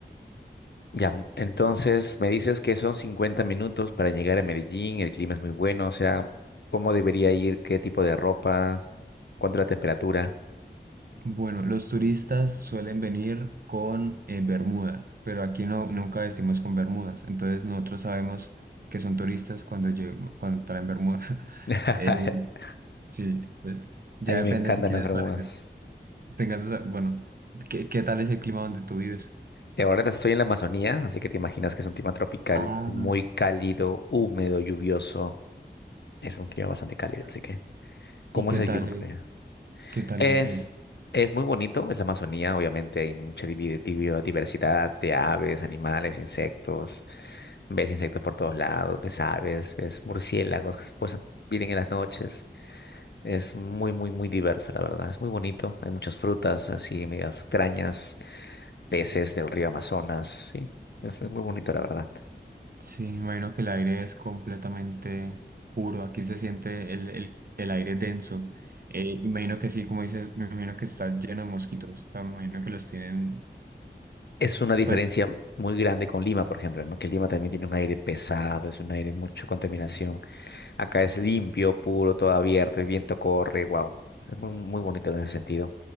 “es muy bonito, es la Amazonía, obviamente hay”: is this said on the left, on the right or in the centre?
Left